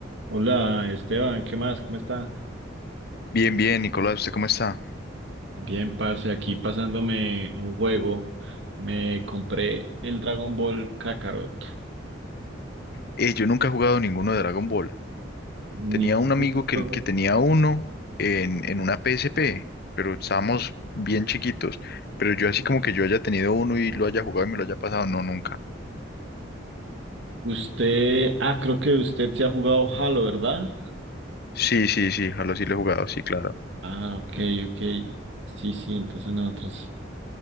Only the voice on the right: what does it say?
Hola Esteban, ¿qué más? ¿Cómo está?
Bien, pase aquí pasándome un juego. Me compré el Dragon Ball Kakarot.
Ningún
juego.
Usted, ah, creo que usted se ha jugado Halo, ¿verdad?
Ah, ok, ok. Sí, sí, entonces nosotros